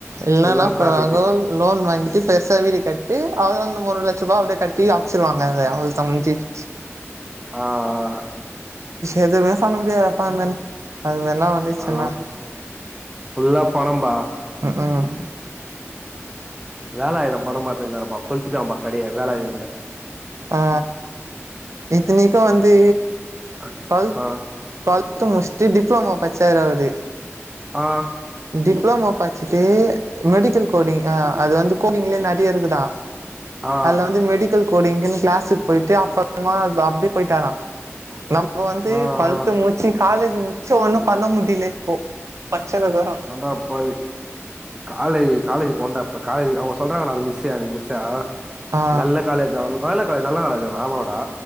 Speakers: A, on the right; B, on the right.
A: இல்
B: ஃபுல்லா
A: எனா பண்ணுவாங்கோல்
B: ப்ராஃபிட்டு
A: லோன் வாங்கிட்டி பெர்சா வீடு கட்டி அவ்ல்தா நம்ம ஒரு லச்ச ரூபா அப்டே கட்டி ஆக்சிடுவாங்க அத அவள்தா முஞ்சிச்
B: ஆ ஆ
A: எதுமே சொல்ல முடியாது அப்பா இன்மேல் அதுலெல்லா வந்திச்சென்னா
B: ஆ ஃபுல்லா பணம்பா
A: ம்ம்
B: வோலாய்தம் படம் பாத்திருந்தரப்பா கொள்த்திடாங்கம்பா கடைய வோலாய்திதத்துல
A: ஆ இத்தினுக்கு வந்து
B: ஆ
A: டுவல்த்
B: ஆ
A: டு்வல்த்து முஸ்ட்டு டிப்ளமா பச்சாரு அவுரு
B: ஆ
A: டிப்ளோமா பச்சிட்டு மெடிக்கல் கோடிங் ஆ அது வந்து கோடிங்லயே நறைய இருக்குதா
B: ஆ
A: அதுல வந்து மெடிக்கல் கோடிங்கின்னு கிளாஸுக்கு போயிட்டு அப்பறமா அப்டேட் போயிட்டாரா நம்ம வந்து
B: ஆ ஆ
A: டுவெல்த் முச்சி காலேஜ் முச்சு ஒன்னு பண்ண முடியில இப்போ பச்சினுக்குறோ
B: ரண்டா போய் காலே காலேஜ் போண்டா காலேஜ் அவர்ஸ் சொல்றாங்கடா அந்த மிஸ்ஸே எங்க மிஸ்ஸே
A: ஆ
B: நல்ல காலேஜாம் லயோலா காலேஜ் நல்ல காலேஜ் ஆமாவாடா